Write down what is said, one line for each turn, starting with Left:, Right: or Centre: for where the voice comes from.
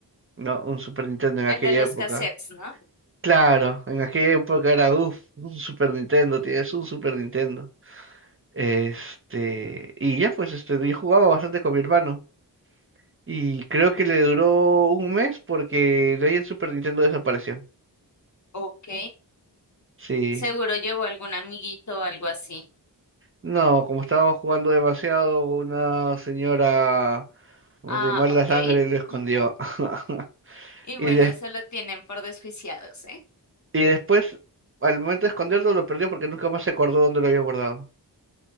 Right: ¿no? Un Super Nintendo en aquella
Left: El de los
Right: época.
Left: cassettes, ¿no?
Right: Claro, en aquella época era, uff, un Super Nintendo, tienes un Super Nintendo. Este, y ya pues, este, yo jugaba bastante con mi hermano. Y creo que le duró un mes porque de ahí el Super Nintendo desapareció.
Left: Ok.
Right: Sí.
Left: Seguro llevó algún amiguito o algo así.
Right: No, como estaba jugando demasiado, una señora de
Left: Ah,
Right: mala
Left: ok.
Right: sangre lo escondió.
Left: <laughs>
Right: <laughs>
Left: Y
Right: Y,
Left: bueno,
Right: des-
Left: eso lo tienen por desjuiciados, ¿eh?
Right: y después, al momento de esconderlo, lo perdió porque nunca más se acordó dónde lo había guardado.